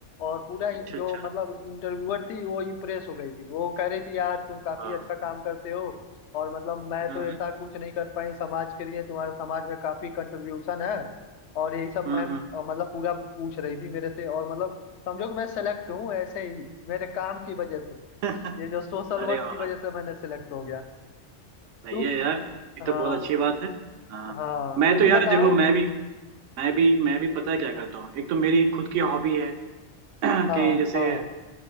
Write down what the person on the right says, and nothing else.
अच्छा
अच्छा
हाँ,
हम्म
हम्म
हम्म हम्म।
<laughs>
अरे
वाह
सही
है यार ये
तो बहुत अच्छी बात है हाँ
मैं
तो यार
देखो मैं भी मैं भी मैं भी पता है क्या करता हूँ एक तो मेरी खुद की हॉबी है <clears throat>
कि जैसे